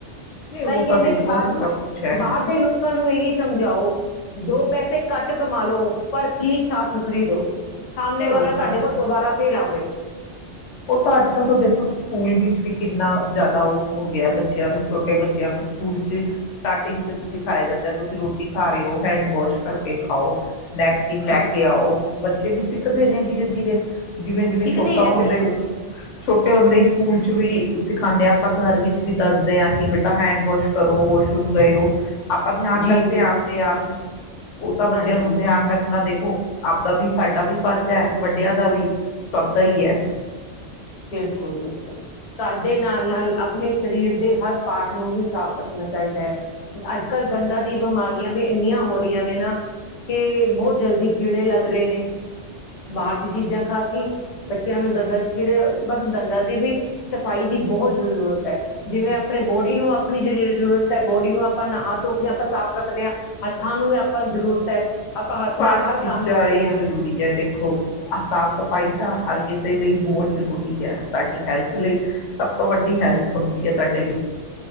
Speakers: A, on the left; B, on the left.
A: ਨਹੀਂ ਉਹ
B: ਤਾਂਹੀ ਕਹਿੰਦੇ
A: ਤਾਂ ਦੇਖੋ
B: ਕਿ ਬਾਅਦ,
A: ਸਭ ਕੁਛ ਹੈ
B: ਬਾਹਰ ਦੇ ਲੋਕ ਤੁਹਾਨੂੰ ਇਹੀ ਸਮਝਾਓ ਦੋ ਪੈਸੇ ਘੱਟ ਕਮਾ ਲੋ ਪਰ ਚੀਜ਼ ਸਾਫ਼ ਸੁਥਰੀ ਦਉ, ਸਾਹਮਣੇ
A: ਨਹੀਂ
B: ਵਾਲਾ
A: ਉਹ
B: ਤੁਹਾਡੇ
A: ਤਾਂ ਹੈ।
B: ਕੋਲ ਦੁਬਾਰਾ ਫਿਰ ਆਵੇ
A: ਉਹ ਤਾਂ ਅੱਜ ਕੱਲ੍ਹ ਤਾਂ ਦੇਖੋ ਸਕੂਲ ਵਿੱਚ ਵੀ ਕਿੰਨਾ ਜ਼ਿਆਦਾ ਉਹ ਹੋ ਗਿਆ ਬੱਚਿਆਂ ਨੂੰ ਛੋਟੇ ਬੱਚਿਆਂ ਨੂੰ ਸਕੂਲ ਚ ਸਟਾਰਟਿੰਗ ਚ ਸਿਖਾਇਆ ਜਾਂਦਾ ਤੁਸੀਂ ਰੋਟੀ ਖਾ ਰਹੇ ਹੋ, ਹੈਂਡਵੋਵਾਸ਼ - ਕੁਛ ਕਰ ਕੇ ਖਾਓ ਨੈਪਕਿਨ ਲੈ
B: ਹਾਂਜੀ
A: ਕੇ ਆਓ ਬੱਚੇ ਵੀ ਸਿੱਖਦੇ ਨੇ ਧੀਰੇ ਧੀਰੇ ਜਿਵੇਂ ਜਿਵੇਂ
B: ਸਿੱਖਦੇ
A: ਛੋਟਾ
B: ਹੈ
A: ਹੁੰਦਾ
B: ਬਿਲਕੁਲ
A: ਛੋਟੇ ਹੁੰਦੇ ਹੀ ਸਕੂਲ ਚ ਵੀ ਸਿਖਾਉਂਦੇ ਹਾਂ ਆਪਾਂ ਘਰ ਵਿੱਚ ਵੀ ਦੱਸਦੇ ਹਾਂ ਕਿ ਬੇਟਾ ਹੈਂਡ ਵਾਸ਼ ਕਰੋ ਵਾਸ਼ਰੂਮ ਗਏ ਔ ਆਪਾਂ ਧਿਆਨ
B: ਜੀ
A: ਰੱਖਦੇ
B: ਜੀ
A: ਹਾਂ ਆਪਦੇ ਆਪ ਹੀ ਉਹ ਤਾਂ ਬੱਚਿਆਂ
B: ਹਾਂਜੀ
A: ਨੂੰ
B: ਬਿਲ-
A: ਧਿਆਨ ਰੱਖਣਾ ਦੇਖ ਆਪਦਾ ਵੀ ਸਾਡਾ ਵੀ ਫਰਜ਼ ਹੈ ਵੱਡਿਆਂ ਦਾ ਵੀ ਸਭ ਦਾ ਹੀ ਹੈ।
B: ਬਿਲਕੁਲ-ਬਿਲਕੁਲ, ਘਰ ਦੇ ਨਾਲ-ਨਾਲ ਆਪਣੇ ਸਰੀਰ ਦੇ, ਹਰ ਪਾਠ ਨੂੰ ਵੀ ਸਾਫ਼ ਰੱਖ ਣਾ ਚਾਹੀਦਾ ਹੈ ਅੱਜ, ਕੱਲ ਦੰਦਾਂ ਦੀ ਬਿਮਾਰੀਆਂ ਵੀ ਇੰਨੀਆਂ ਹੋਰ, ਨੇ ਨਾ ਕਿ ਬਹੁਤ ਜਲਦੀ ਕੀੜੇ ਲੱਗ ਰਹੇ ਨੇ, ਬਾਹਰ ਦੀ
A: ਆਪ
B: ਚੀਜ਼ਾਂ ਖਾ ਕੇ,
A: ਦਾ ਵੀ
B: ਬੱਚਿਆਂ ਨੂੰ ਦੰਦਾਂ ਚ ਖੇੜੇ ਬਸ ਦੰਦਾਂ ਦੀ ਵੀ ਸਫ਼ਾਈ ਦੀ ਬਹੁਤ ਜ਼ਰੂਰਤ ਹੈ ਜਿਵੇਂ ਆਪਣੇ ਬੋਡੀ ਨੂੰ ਆਪਣੀ ਜਿਹੜੀ ਜ਼ਰੂਰਤ ਹੈ, ਬੋਡੀ ਨੂੰ ਆਪਾਂ ਨਹਾ ਧੋ ਕੇ ਆਪਾਂ ਸਾਫ਼ ਰੱਖਦੇ ਹਾਂ ਹੱਥਾਂ ਨੂੰ ਵੀ ਆਪਾਂ ਨੂੰ ਜ਼ਰੂਰਤ ਹੈ ਆਪਾਂ ਹੱਥ
A: ਸਾਰੀ
B: ਨਾਲ ਹਰ
A: ਚੀਜ਼ਾਂ
B: ਕੰਮ ਕਰਦੇ
A: ਹੀ
B: ਹਾਂ
A: ਜ਼ਰੂਰੀ ਹੈ, ਦੇਖੋ ਸਾਫ਼ ਸਫ਼ਾਈ ਹਰ ਕਿਸੇ ਲਈ ਬਹੁਤ ਜ਼ਰੂਰੀ ਹੈ, ਸਾਡੀ ਹੈਲਥ ਲਈ ਸਭ ਤੋਂ ਵੱਡੀ ਹੈਲਥ ਹੁੰਦੀ ਹੈ, ਸਾਡੇ ਲਈ